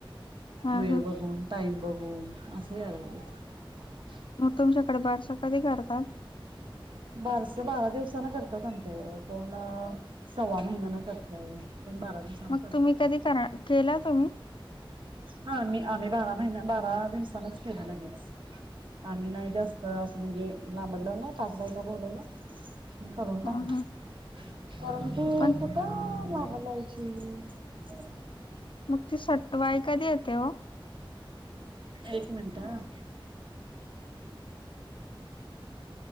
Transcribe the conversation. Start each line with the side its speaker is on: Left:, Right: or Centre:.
Left: हा
Right: वेळ
Left: हा
Right: बघून टाईम बघून असं याला गच
Left: मग तुमच्याकडे बारस कधी करतात
Right: बारस बारा दिवसा नंतर करतात आमच एवढं कोण सव्वा महिन्यान करतय कोण बारा दिवसान
Left: मग
Right: करतय
Left: तुम्ही कधी कराल केला तुम्ही
Right: हा मी आम्ही बारा महिना बारा दिवसानच केलं लगेच आम्ही नाही जास्त अस म्हणजे लांबडलो नाही पाच बाईचा बोलवलं म करून
Left: हा
Right: टाखाव
Left: हा
Right: कारण ती
Left: पण
Right: कुठं लाबाला हम्
Left: मग ते सटवायच कधी येते हो
Right: एक मिनट ह..